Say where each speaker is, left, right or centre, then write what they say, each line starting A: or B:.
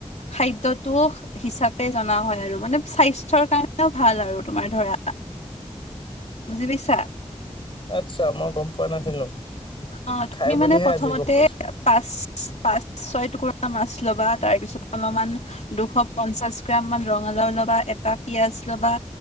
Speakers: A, on the left; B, on the left.
A: খাদ্যটো হিচাপে জনা হয় আৰু। মানে মানে স্বাস্থ্যৰ কাৰণেও ভাল আৰু তোমাৰ ধৰা,
B: <inaudible>
A: বুজি পাইছা?
B: আটচ্ছা মই গম পোৱা নাছিলো।
A: অ তুমি
B: খাই বুলিহে
A: মানে প্ৰথমতে
B: আজি গম পাইছো
A: পাঁচ পাঁচ ছয় টুকুৰা মাছ ল'বা, তাৰ পিছত অলপমান দুশ পঞ্চাশ গ্ৰাম মান ৰঙা লাও ল'বা, এটা পিয়াজ লবা,